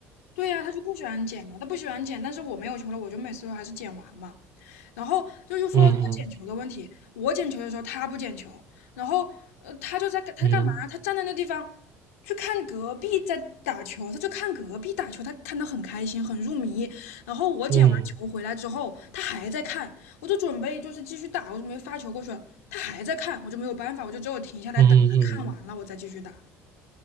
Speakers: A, on the left (about 85°); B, on the right (about 50°).
A: 对呀、他就不喜欢捡嘛，他不喜欢捡，但是我没有球了，我就每次都还是捡完嘛。然后就又说到这个捡球的问题，
B: 嗯嗯
A: 我捡球的时候他不捡球，然后呃他就在干他在干嘛？
B: 嗯
A: 他站在那地方去看隔壁在打球，他就看隔壁打球，他看得很开心，很入迷。然后我捡完球回来之后，
B: 嗯
A: 他还在看，我就准备就是继续打，我就没发球过去了，他还在看，我就没有办法，我就只有停下来等他看完了我再继续打。
B: 嗯嗯，